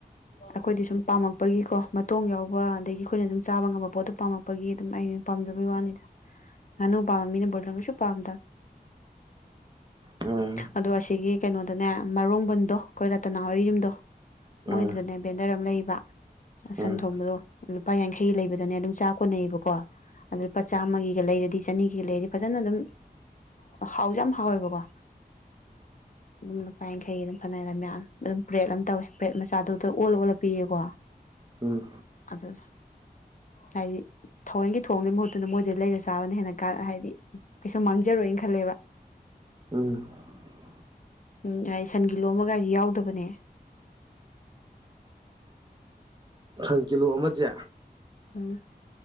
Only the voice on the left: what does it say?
ꯑꯩꯈꯣꯏꯗꯤ ꯁꯨꯝ ꯄꯥꯝꯃꯛ ꯄꯒꯤꯀꯣ ꯃꯇꯣꯡ ꯌꯥꯎꯕ ꯑꯗꯒꯤ ꯑꯩꯈꯣꯏꯅ ꯑꯗꯨꯝ ꯆꯥꯕ ꯉꯝꯕ ꯄꯣꯠꯇꯣ ꯄꯥꯝꯃꯛꯄꯒꯤ ꯑꯗꯨꯝ ꯑꯩꯅ ꯄꯥꯝꯖꯕꯩ ꯋꯥꯅꯤꯗ ꯉꯥꯅꯨ ꯄꯝꯕꯥꯃꯤ ꯕꯣꯏꯂꯔ ꯀꯩꯁꯨ ꯄꯥꯝꯗꯕ
ꯑꯗꯣ ꯑꯁꯤꯒꯤ ꯀꯩꯅꯣꯗꯅꯦ ꯃꯔꯣꯡꯕꯟꯗꯣ ꯑꯩꯈꯣꯏ ꯔꯇꯅꯥꯍ ꯌꯨꯝꯗꯣ
ꯃꯣꯏꯗꯨꯗꯅꯦ ꯕꯦꯟꯗꯔ ꯑꯃ ꯂꯩꯕ
ꯁꯟ
ꯊꯣꯡꯕꯗꯣ ꯂꯨꯄꯥ ꯌꯥꯡꯈꯩ ꯂꯩꯕꯗꯅꯦ ꯑꯗꯨꯝ ꯆꯥꯛ ꯀꯣꯟꯅꯩꯌꯦꯕꯀꯣ ꯑ ꯂꯨꯄꯥ ꯆꯥꯝꯃꯒꯤꯒ ꯂꯩꯔꯗꯤ ꯆꯅꯤꯒꯤꯒ ꯂꯩꯔꯗꯤ ꯐꯖꯅ ꯑꯗꯨꯝ ꯍꯥꯎꯁꯨ ꯌꯥꯝ ꯍꯥꯎꯋꯦꯕꯀꯣ ꯑꯗꯨꯝ ꯂꯨꯄꯥ ꯌꯥꯡꯈꯩꯒꯤ ꯑꯗꯨꯝ ꯐꯅꯅ ꯃꯌꯥꯝ ꯑꯗꯨꯝ ꯕ꯭ꯔꯦꯗ ꯑꯃ ꯇꯧꯋꯦ ꯕ꯭ꯔꯦꯗ ꯃꯆꯥꯗꯨꯗ ꯑꯣꯜꯂ ꯑꯣꯜꯂ ꯄꯤꯌꯦꯀꯣ
ꯑꯗꯨ ꯍꯥꯏꯗꯤ ꯊꯑꯣꯏꯟꯒꯤ ꯊꯣꯡꯕꯒꯤ ꯃꯍꯨꯠꯇꯨꯅ ꯃꯣꯏꯗ ꯂꯩꯅ ꯆꯥꯕꯅ ꯍꯦꯟꯅ ꯀ ꯍꯥꯏꯕꯗꯤ ꯀꯩꯁꯨ ꯃꯥꯡꯖꯔꯣꯏꯅ ꯈꯜꯂꯦꯕ
ꯎꯝ ꯑꯩ ꯁꯟꯒꯤ ꯀꯤꯂꯣꯃꯒꯥꯏꯁꯤ ꯌꯥꯎꯗꯕꯅꯦ
ꯎꯝ